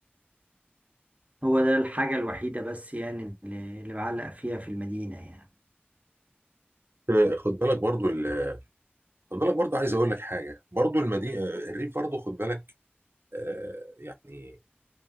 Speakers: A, on the right; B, on the right.
A: هو ده الحاجة الوحيدة بس يعني اللي, اللي بعلق فيها في المدينة يعني
B: آه، خد بالك برضو ال- خد بالك برضو عايز اقول لك حاجه برضو المدينه الريف برضو خد بالك آه، يعني